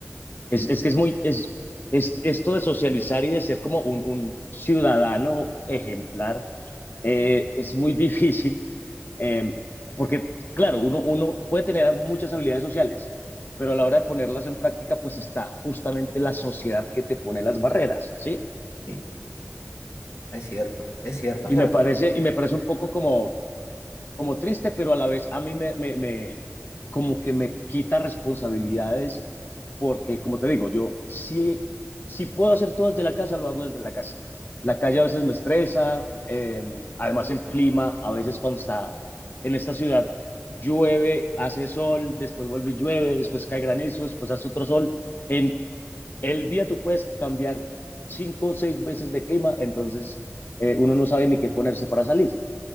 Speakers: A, on the left; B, on the left.
A: Es, es que es muy, es, es esto de socializar y de ser como un, un ciudadano ejemplar, eh, es muy <laughs> difícil, eh, porque claro, uno, uno puede tener muchas habilidades sociales, pero a la hora de ponerlas en práctica, pues está justamente la sociedad que te pone las barreras, ¿sí?
B: Sí, es cierto, es cierto,
A: Y
B: es la
A: me
B: verdad.
A: parece, y me parece un poco como, como triste, pero a la vez a mí me, me, me como que me quita responsabilidades, porque como te digo, yo sí, si, si puedo hacer todo desde la casa, lo hago desde la casa. La calle a veces me estresa, eh, además el clima, a veces cuando está en esta ciudad, llueve, hace sol, después vuelve y llueve, después cae granizo, después hace otro sol. En el día tú puedes cambiar cinco o seis veces de clima, entonces eh, uno no sabe ni qué ponerse para salir.